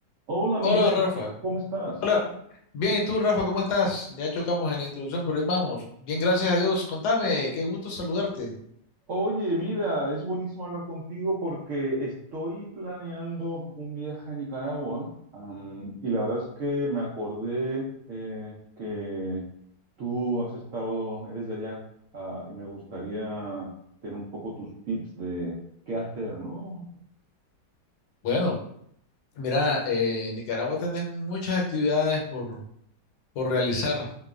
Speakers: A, on the right; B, on the left.
A: Hola Miguel,
B: Hola Rafa,
A: ¿cómo estás?
B: hola. Bien, ¿y tú Rafa, cómo estás? Ya chocamos en la introducción, pero ahí vamos. Bien, gracias a Dios. Contame, qué gusto saludarte.
A: Oye, mira, es buenísimo hablar contigo porque estoy planeando un viaje a Nicaragua, am, y la verdad es que me acordé eh, que tú has estado, eres de allá, ah, y me gustaría tener un poco tus tips de qué hacer, ¿no?
B: Bueno, mira, eh, en Nicaragua tenés muchas actividades por, por realizar,